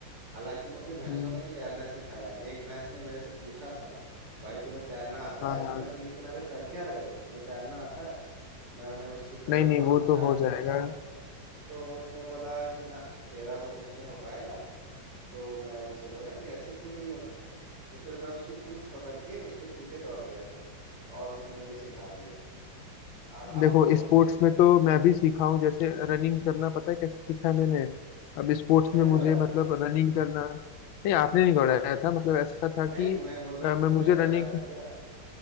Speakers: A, on the right; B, on the left.
A: हालांकि मुझे भैंसों
B: हम्म,
A: ने ही तैरना सिखाया एक भैंस ने मेरे से पूछा था भाई तुम्हें तैरना आता
B: हाँ
A: है तुम
B: हाँ
A: नदी के किनारे कर क्या रहे हो तुम्हें तैरना आता है मैंने उसकी तरफ
B: नहीं नहीं
A: आंख
B: वो
A: उठा
B: तो हो
A: के
B: जाएगा
A: देखा तो उसने बोला कि ना तेरा तो कुछ नहीं हो पाएगा तो मैं उससे बोला कि ऐसे क्यों नहीं होगा तो फिर मैं उसकी पूंछ पकड़ के उसके पीछे दौड़ गया और उसने मुझे सिखा दिया आप आप
B: देखो
A: बहुत
B: स्पोर्ट्स
A: सही कह
B: में
A: रहे हो
B: तो मैं भी सीखा हूँ जैसे रनिंग करना पता है कैसे सीखा है मैंने अब स्पोर्ट्स
A: कुत्ते
B: में
A: ने
B: मुझे
A: दौड़ाया
B: मतलब
A: था
B: रनिंग करना नहीं आपने नहीं दौड़ाया था मतलब ऐसा था कि
A: नहीं मैं बोल रहा
B: अ,
A: हूँ
B: मैं
A: कुत्ते
B: मुझे
A: ने
B: रनिंग
A: दौड़ाया था क्या